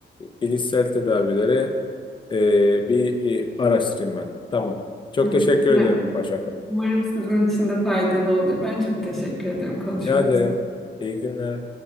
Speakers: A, on the left (about 25°); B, in the centre.
A: e, bilişsel tedavileri e, bir e, araştırayım ben. Tamam. Çok
B: hı.
A: teşekkür
B: Umarım,
A: ederim Başak Hanım.
B: umarım sizin için de faydalı olur. Ben çok teşekkür ederim konuşmamız
A: Rica ederim. İyi günler.